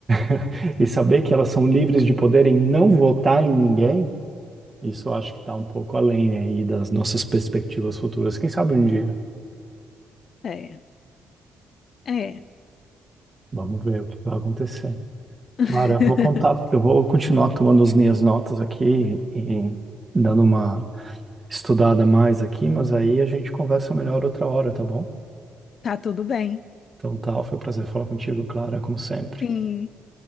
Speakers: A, on the right; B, on the left.
A: <laughs> E saber que elas são livres de poderem não votar em ninguém, isso eu acho que está um pouco além aí das nossas perspectivas futuras. Quem sabe um dia.
B: é, é.
A: Vamos ver o que vai acontecer.
B: <laughs>
A: Cara, eu vou contar, eu vou continuar tomando as minhas notas aqui e dando uma estudada mais aqui, mas aí a gente conversa melhor outra hora, tá bom?
B: Tá tudo bem.
A: Então tá, foi um prazer falar contigo, Clara, como sempre.
B: Sim,